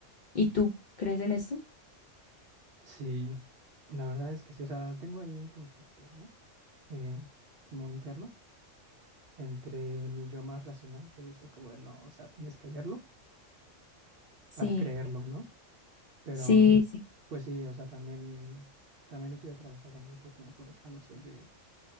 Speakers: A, on the left; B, on the right.
A: ¿Y tú crees en esto?
B: Sí, la verdad es que sí. O sea, tengo ahí un conflicto, ¿no? Eh, como interno, entre mi yo más racional que dice como de no, o sea, tienes que verlo
A: Sí,
B: para creerlo, ¿no? Pero,
A: sí, sí,
B: pues sí, o sea, también, también estoy atravesado mucho como por esta noción de,